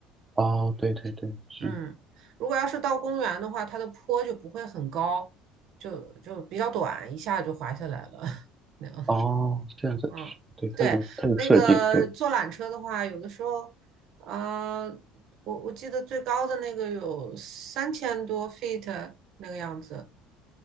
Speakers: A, on the right; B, on the right.
A: 哦，对对对，是
B: 嗯，如果要是到公园的话，它的坡就不会很高，就就比较短，一下就滑下来了。<laughs> 那样，
A: 哦，这样子，
B: 嗯，
A: 对，
B: 对，
A: 它有它有设计，
B: 那个坐缆车的话，
A: 对，
B: 有的时候，呃，我我记得最高的那个有三千多 feet 那个样子，